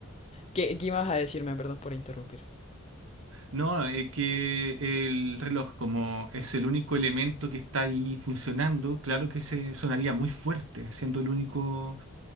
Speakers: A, on the left; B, on the right.
A: ¿Qué, qué ibas a decirme? Perdón por interrumpir.
B: No, es que el reloj, como es el único elemento que está ahí funcionando, claro que se sonaría muy fuerte, siendo el único